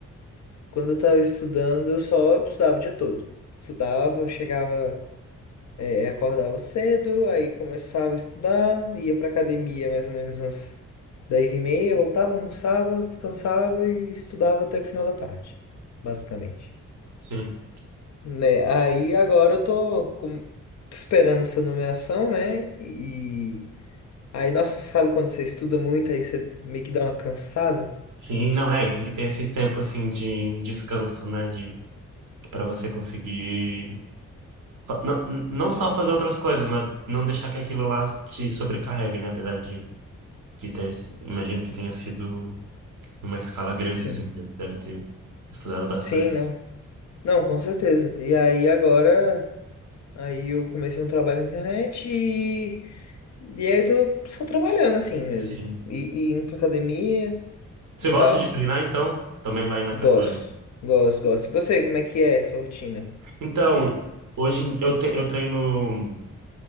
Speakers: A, on the left; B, on the right.
A: Quando eu tava estudando, eu só estudava o dia todo. Estudava, chegava, eh, acordava cedo, aí começava a estudar, ia pra academia mais ou menos umas 10 e meia, voltava, almoçava, descansava e estudava até o final da tarde, basicamente.
B: Sim.
A: Né? Aí agora eu tô com- tô esperando essa nomeação, né? E aí, nossa, sabe quando você estuda muito, aí você meio que dá uma cansada?
B: Sim, não é, e tem que ter esse tempo assim de descanso, né, de para você conseguir fa- não, não só fazer outras coisas, mas não deixar que aquilo lá te sobrecarregue, né, apesar de, de ter, se- imagino que tenha sido numa escala grande
A: Sim.
B: assim, que deve ter estudado bastante.
A: Sim, não. Não, com certeza. E aí agora. Aí eu comecei um trabalho na internet e, e aí eu tô só trabalhando assim mesmo.
B: Sim.
A: E, e indo pra academia
B: Você
A: e
B: gosta
A: tal.
B: de treinar então? Também vai na,
A: Gosto,
B: ca- vai
A: gosto, gosto. E você, como é que é a sua rotina?
B: Então, hoje em- eu, te- eu treino,